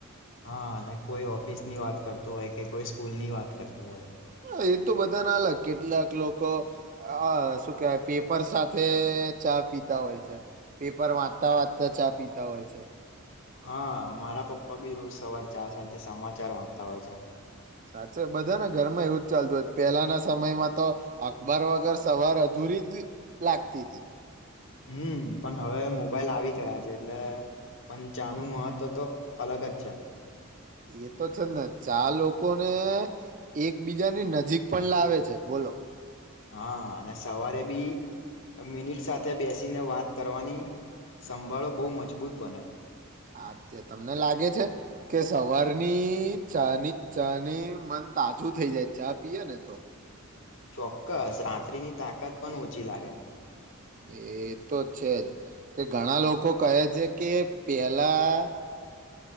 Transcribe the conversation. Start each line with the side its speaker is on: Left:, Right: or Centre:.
Left: હા અને કોઈ ઓફિસ ની વાત કરતું હોય કે કોઈ સ્કૂલ ની વાત કરતું હોય
Right: હ એ તો બધા ના અલગ કેટલાક લોકો આ શું કેવાય પેપર સાથે ચા પીતા હોય છે પેપર વાંચતા વાંચતા ચા પીતા હોય છે
Left: હા મારા પપ્પા બી રોજ સવાર ચા સાથે સમાચાર વાંચતા હોય છે
Right: સાચે બધાને ઘરમાં એવુંજ ચાલતું હત પેલાના સમયમાં તો અખબાર વગર સવાર અધૂરી જ લાગતી હતી
Left: હમ પણ હવે મોબાઈલ આવી ગયા છે એટલે પણ ચાનું મહત્વ તો અલગ જ છે
Right: એ તો છે જ ને ચા લોકોને એકબીજાની નજીક પણ લાવે છે બોલો
Left: હા અને સવારે બી મિનિટ સાથે બેસીને વાત કરવાની સંભાળો બહુ મજબૂત બને
Right: હાચે તમને લાગે છે કે સવારની ચાની ચા ની મન તાજું થઈ જાય ચા પીએ ને તો
Left: ચોક્કસ રાત્રિની તાકાત પણ ઓછી લાગે
Right: એ તો છે જ કે ઘણા લોકો કહે છે કે પેલા